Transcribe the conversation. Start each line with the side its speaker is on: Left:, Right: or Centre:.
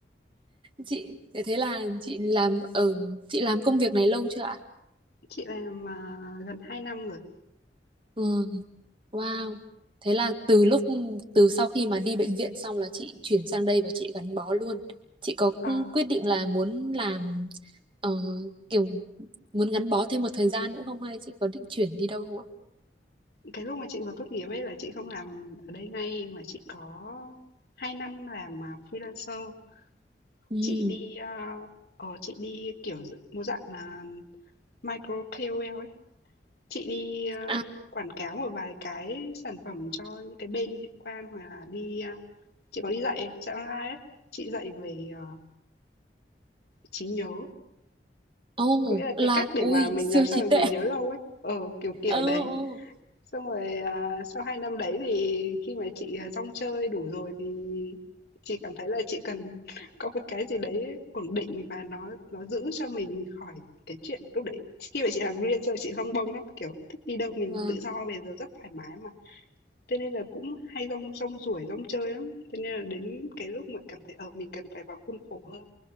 Right: chị thế là chị làm ở chị làm công việc này lâu chưa ạ
Left: Chị làm, à, gần hai năm rồi.
Right: ừ, wow thế là từ lúc từ sau khi mà đi bệnh viện xong là chị chuyển sang đây và chị gắn bó luôn chị có
Left: Ờ,
Right: quyết định là muốn làm ờ, kiểu muốn gắn bó thêm một thời gian nữa không hay chị có định chuyển đi đâu không ạ
Left: cái lúc mà chị vừa tốt nghiệp ấy là chị không làm ở đây ngay mà chị có 2 năm làm, à, freelancer.
Right: ừ.
Left: Chị đi, a, ờ, chị đi, kiểu, d một dạng là micro KOL ấy. Chị đi, a,
Right: à
Left: quảng cáo một vài cái sản phẩm cho những cái bên liên quan hoặc là đi, a chị có đi dạy dạy online ấy. Chị dạy về, ờ, trí nhớ,
Right: Ồ,
Left: Có nghĩa là
Right: là
Left: cái cách để
Right: ui
Left: mà mình
Right: siêu
Left: làm sao
Right: trí
Left: để
Right: tuệ.
Left: mình nhớ lâu ấy, ờ, kiểu, kiểu
Right: Ồ,
Left: đấy.
Right: ồ.
Left: Xong rồi, à, sau 2 năm đấy thì khi mà chị, à, rong chơi đủ rồi thì chị cảm thấy là chị cần <laughs> có một cái gì đấy ổn định và nó nó giữ cho mình khỏi cái chuyện lúc đấy khi mà chị làm freelancer chị lông bông lắm, kiểu, thích đi đâu mình
Right: Vâng,
Left: tự do về giờ rất thoải mái mà. Thế nên là cũng hay rong rong ruổi, rong chơi lắm, thế nên là đến cái lúc mà cảm thấy, ở mình cần phải vào khuôn khổ hơn